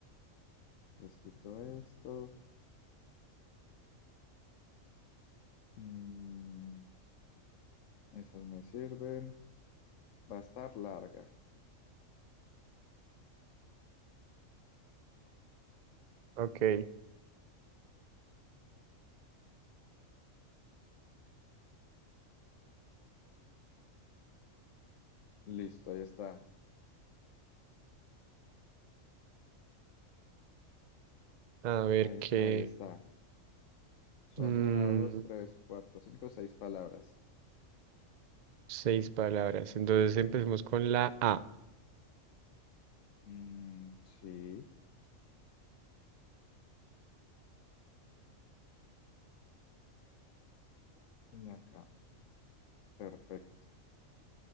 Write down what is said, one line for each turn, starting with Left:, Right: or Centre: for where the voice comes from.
Left: Les quito esto. Mm, esas me sirven. Va a estar larga.
Right: Ok.
Left: Listo, ahí está.
Right: A ver
Left: Ahí está,
Right: qué.
Left: ahí está. Son
Right: mm,
Left: una, dos, tres, cuatro, cinco, seis palabras.
Right: seis palabras. Entonces empecemos con la A.
Left: Mm, sí. Y acá. Perfecto.